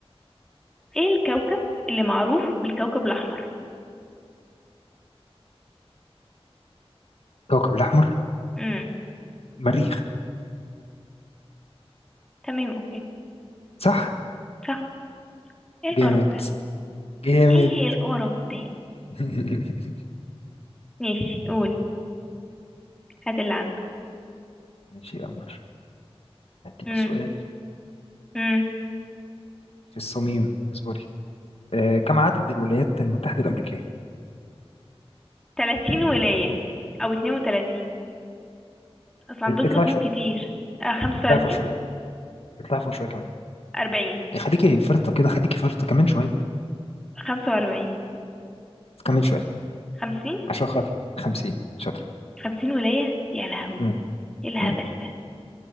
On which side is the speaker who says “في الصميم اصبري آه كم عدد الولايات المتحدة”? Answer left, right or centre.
Left